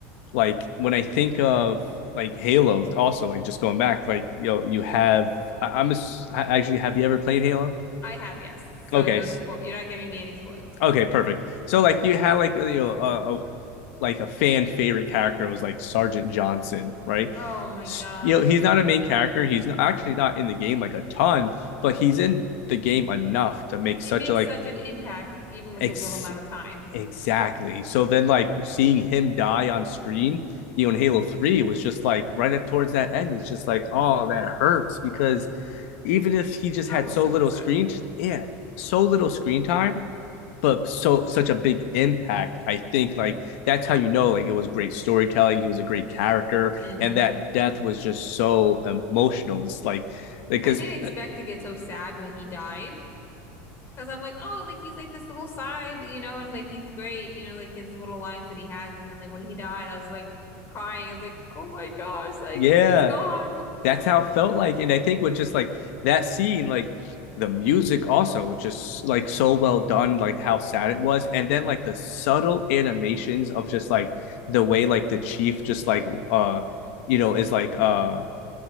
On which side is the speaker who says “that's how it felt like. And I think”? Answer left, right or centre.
Left